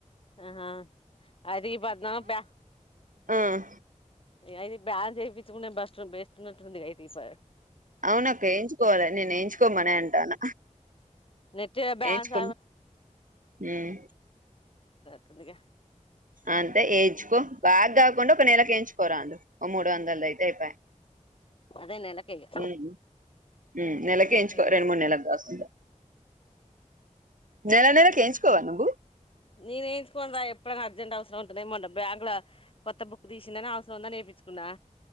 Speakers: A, on the left; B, on the right.
A: ఆహా అది పద్మ బే
B: హ్మ్
A: ఏ అయిది బ్యాన్ చెపి సివున్నే బస్ట్ర్ బేస్తునట్టు గ ఉంది గ అయితే ఈసారి.
B: అవును అక్క ఎయించుకోవాలి నేను ఎయించుకోమనే అంటన
A: నెట్ బ్యాలెన్స్
B: ఏయించుకో హ్మ్.
A: కొద్దిగ
B: అంతే ఎయించుకో బాగ్గాకుండ ఒక నెలకియించుకోరాండు ఒక మూడు వందల్ దైతే అయిపోయె.
A: అదే నెలకే ఇగ
B: హ్మ్ హు హ్మ్ నెలకేయించుకో
A: నెలకే
B: రెండు మూడు నెల గాకుండా. నెల నెల కేయించుకోవా నువ్వు
A: నేను ఎయించుకోను రా ఎప్పుడైనా అర్జెంట్ అవసరం ఉంటేనే ఏమొన్న బ్యాంక్ లో. కొత్త బుక్ దీసిందనీ అవసరముందని ఎపించుకున్న. ఉందా